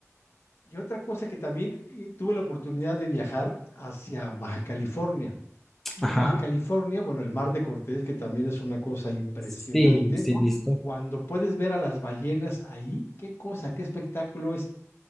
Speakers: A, on the left (about 50°); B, in the centre.
A: Y otra cosa que también eh, tuve la oportunidad de viajar hacia Baja California Y
B: Ajá.
A: en Baja California, bueno, el Mar de Cortés, que también es una cosa impresionante,
B: Sí, sí, listo.
A: cuando puedes ver a las ballenas ahí, qué cosa, qué espectáculo, es